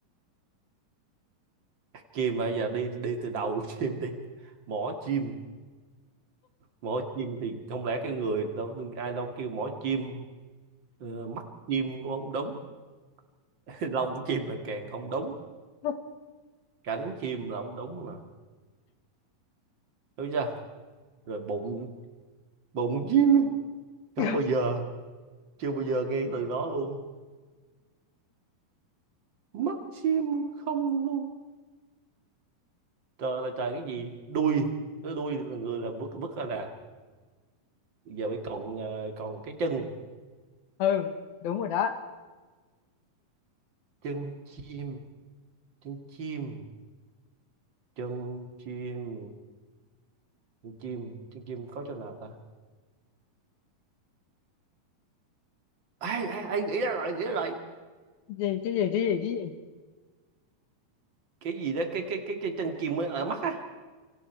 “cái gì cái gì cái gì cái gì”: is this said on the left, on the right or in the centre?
Left